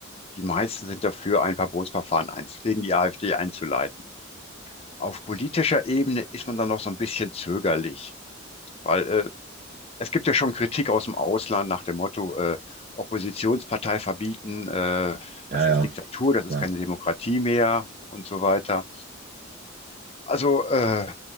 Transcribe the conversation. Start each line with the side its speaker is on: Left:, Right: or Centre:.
Left: Die meisten sind dafür, ein Verbotsverfahren eins gegen die AfD einzuleiten. Auf politischer Ebene ist man dann noch so ein bisschen zögerlich, weil äh, es gibt ja schon Kritik aus dem Ausland nach dem Motto, äh, Oppositionspartei verbieten, äh,
Right: Ja,
Left: das
Right: ja,
Left: ist Diktatur, das ist
Right: klar.
Left: keine Demokratie mehr und so weiter. Also äh,